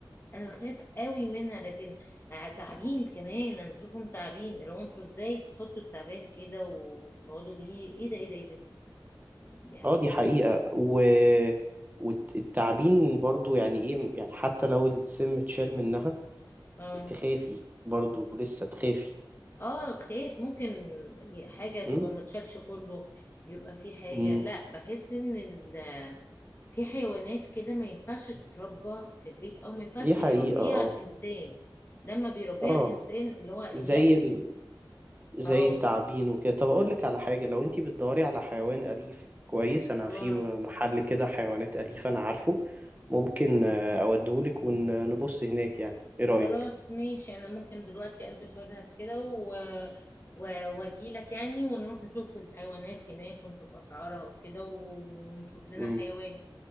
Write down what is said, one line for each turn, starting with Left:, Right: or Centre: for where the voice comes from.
Left: انا بخاف قوي منها لكن ع- تعبين كمان انا بشوفهم تعبين لو انتوا ازاي بتحطوا التعبان كده وتقعدوا بيه ايه ده ايه ده ايه ده يعني
Right: اه دي حقيقة و... والتعبين برضو يعني ايه يعني حتى لو السم اتشال منها
Left: اه
Right: تخافي برضو لسه تخافي
Left: اه خايف ممكن حاجة
Right: م?
Left: تبقى ما تشالش كله يبقى في حاجة
Right: م.
Left: لا بحس ان ال في حيوانات كده ما ينفعش تتربى في البيت او ما ينفعش
Right: دي حقيقة
Left: يربيها
Right: اه
Left: الانسان لما بيربيها
Right: اه
Left: الانسان اللي هو
Right: زي
Left: لا
Right: ال... زي
Left: اه
Right: التعابين وكده طب اقول لك على حاجة لو انتي بتدوري على حيوان أليف كويس انا
Left: اه
Right: في محل كده حيوانات أليفة انا عارفه ممكن آه، اوديهولك ونبص هناك يعني ايه رأيك
Left: خلاص ماشي انا ممكن دلوقتي البس واجهز كده و... و... واجيلك يعني ونروح نشوف الحيوانات هناك ونشوف اسعارها وكده ونشوف لنا
Right: م.
Left: حيوان